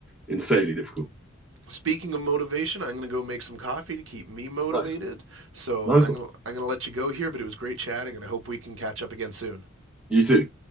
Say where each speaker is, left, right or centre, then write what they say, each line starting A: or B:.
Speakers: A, in the centre; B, on the right.
A: insanely difficult.
B: Speaking of motivation, I'm going to go make some coffee to keep me motivated.
A: Nice.
B: So
A: Nice
B: I'm
A: one.
B: going to, I'm going to let you go here, but it was great chatting, and I hope we can catch up again soon.
A: You too.